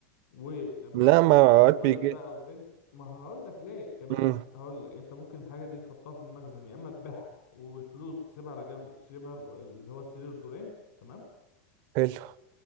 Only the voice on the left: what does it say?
ولما
يجي
لك
ولد
بقى او بنت ما هقول لك ليه كمان
هقول لك انت ممكن الحاجه دي تحطها في المخزن يا اما تبيعها والفلوس تسيبها على جنب تشتري بها ال- اللي هو السرير دورين تمام